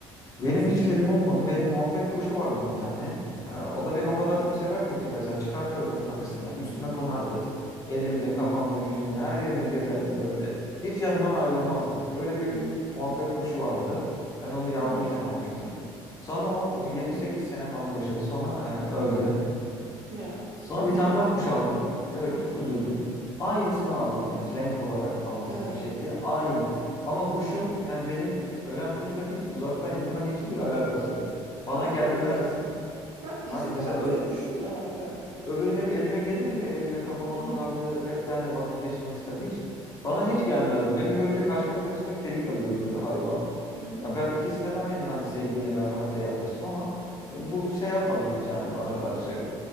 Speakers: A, on the left; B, on the right.
A: Benim
B: Mesela
A: hiç kedim olmadı. Benim muhabbet kuşu vardı bir tane. Ee, o da beni o kadar
B: ha.
A: çok severdi ki mesela çıkartırdım kafesinden. Üstüme
B: Hı hı.
A: konardı. Elimde, kafamda, yüzümde, her yerimde gezerdi böyle. Hiç yanımdan ayrılmazdı. Öyle bir
B: Ya,
A: muhabbet kuşu vardı. Ben onu yavruyken
B: ya,
A: almıştım. Sonra o e, yedi sekiz sene falan yaşadı. Sonra e, öldü.
B: ya.
A: Sonra
B: Üzücü
A: bir tane
B: olmuştu.
A: daha kuş aldım. Evet
B: Hı hı.
A: çok üzüldüm. Aynısını aldım yani renk olarak falan
B: Ha,
A: tip şekli aynı. Ama kuşun yani benim ölen kuşla hiç uzaktan yakına hiçbir alakası yok.
B: karakter
A: Bana gelmez.
B: olarak mı? Bak
A: Hay
B: işte
A: mesela
B: karakter,
A: ö-
B: kuşun da var karakteri.
A: öbürü hep elime gelirdi ya elime kafama
B: Hı
A: konardı.
B: hı,
A: Hep benimle vakit geçirmek isterdi. Hiç bana hiç gelmezdi. Beni görünce kaçmak kaçacak delik arıyordu böyle hayvan.
B: hı hı.
A: Ya ben ikisine de aynı hani sevgiyle merhametle yaklaştım ama e, bu şey yapmadı hiç yani bana karşı.